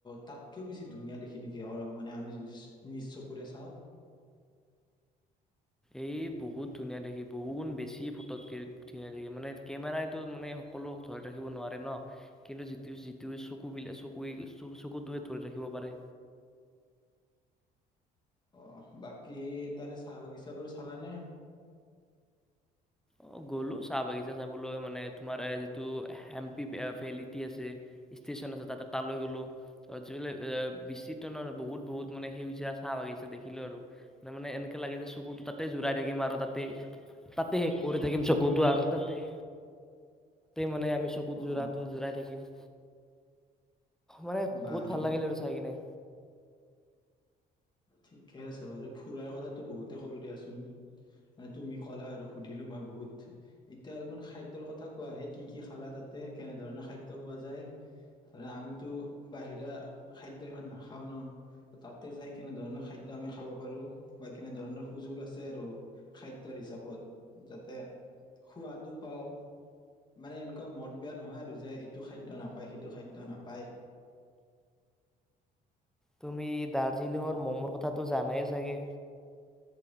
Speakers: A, on the left (about 25°); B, in the centre.
A: তা'তকৈও বেছি ধুনীয়া দেখি নেকি মানে আমি যদি নিজ চকুৰে চাওঁ।
B: এই বহুত ধুনীয়া দেখি বহুগুণ বেছি ফট মানে একেবাৰে টো সকলো ধৰি ৰাখিব নোৱাৰে ন'। কিন্তু যিটো-যিটো চকু বিলাকে চকু-চকুটোৱে ধৰি ৰাখিব পাৰে।
A: অহ', বাকী তাৰে চাহ-বাগিচাবোৰ চালা নে?
B: অ', গ'লো চাহ-বাগিচা চাবলৈ মানে তোমাৰ যিটো হেম্পি ফেলিটি আছে। ষ্টেচন আছে তা'তে তালৈ গ'লো। ত' এ বিচিত্ৰ নহয় বহুত-বহুত মানে সেইজীয়া চাহ-বাগিছে দেখিলো আৰু। ত' মানে এনেকে লাগে যে চকুতো তাতেই জোৰাই থাকিম আৰু তাতেই- কৰি থাগিম চকুতো আৰু তা'তে- মানে আমি চকুত
A: অ
B: যোৰাটো যোৰাই থাকিম। মানে
A: বাৰু
B: বহুত ভাল লাগিলে আৰু চাই কিনে।
A: ঠিকে আছে বাৰু, ফুুৰাৰ ক'লো দিয়াচোন। আৰু তুমি ক'লা আৰু সুধিলোঁ মই বহুত। এতিয়া অলপমান খাদ্যৰ কথা কোৱা'হে কি কি খালা তা'তে কেনে ধৰণৰ খাদ্য পোৱা যায়? আমিতো বাহিৰা খাদ্য ইমান নাখাওঁ ন' তা'তে যাই- কেনে ধৰণৰ খাদ্য আমি খাব পাৰো বা কেনে ধৰণৰ সুযোগ আছে আৰু। খাদ্যৰ হিচাপত, যাতে সোৱাদো পাওঁ। মানে এনেকুৱা মন নহয় আৰু যে ইটো খাদ্য নাপায়, খাদ্য নাপায়।
B: তুমি দাৰ্জিলিঙৰ ম'মৰ কথাটো জানাই চাগে।